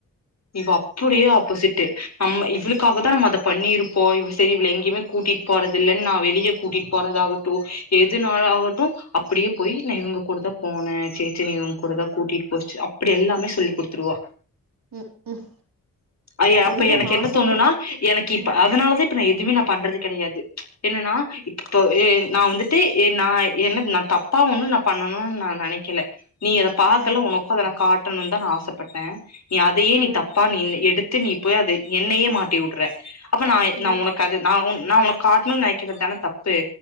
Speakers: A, on the left (about 50°); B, on the right (about 70°).
A: இவ அப்படியே ஆப்போசிட்டு நம்ம இ வுளுக்காகதா நம்ம அத பண்ணிருப்போ இவ சரி இவள எங்கயுமே கூட்டிட் போறது இல்லன்னு நா வெளிய கூட்டிட்டு போறதாகட்டு எதுனாலாகட்டு அப்டியே போய் நா இவங்க கூடதா போனே சேச்சி என்ன இவங்க கூடதா கூட்டிட்டு போச்சு அப்டி எல்லாமே சொல்லி் குடுத்துருவா.
B: ம் ம்
A: ஐயே அப்ப
B: அதுதா
A: எனக்கு
B: நா
A: என்ன
B: சொல்றது
A: தோணுனா எனக்கு இப்ப
B: ம்
A: அதனாலதா இ ப்ப நா எதுமே நா பண்றது கெடையாது. என்னன்னா இப்ப எ நா வந்துட்டு எ நா என்ன நா தப்பா ஒண்ணு நா பண்ணணுன்னு நா நெனைக்கில நீ அத பாக்கல
B: ம்
A: உனக்கு அத நா கா ட்டணுன்னுதா நா ஆசப்பட்டே நீ அதையே நீ
B: ம்
A: தப்பா நீனு எடு த்து நீ போய் அது என்னயே மாட்டி விடுற அப்ப நா
B: ம்
A: நா உனக்காக நா உன் நா உனக்கு காட்ணுன்னு நெனைக்கிறதுதான தப்பு